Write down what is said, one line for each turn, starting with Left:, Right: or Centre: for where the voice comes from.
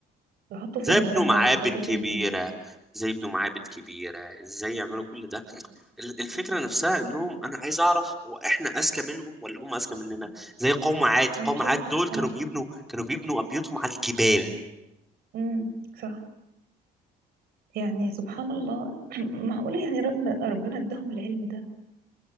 Right: يحطوا فيها
Centre: زي ابنوا
Right: الذهب
Centre: معابن
Right: ويحطوا
Centre: كبيره
Right: فيها كل دي
Centre: زي ابنوا معابد كبيره ازاي يعملوا كل ده ال- الفكرة نفسها انهم انا عايز اعرف هو احنا اذكى منهم ولا هم اذكى مننا زي قوم عاد
Right: انا
Centre: قوم
Right: شايفة
Centre: عاد دول كانوا
Right: انا
Centre: بيبنوا كانوا بيبنوا ابيوتهم على الجبال
Right: امم صح يعني سبحان الله <clears throat> معقولة يعني ربنا ربنا اداهم العلم ده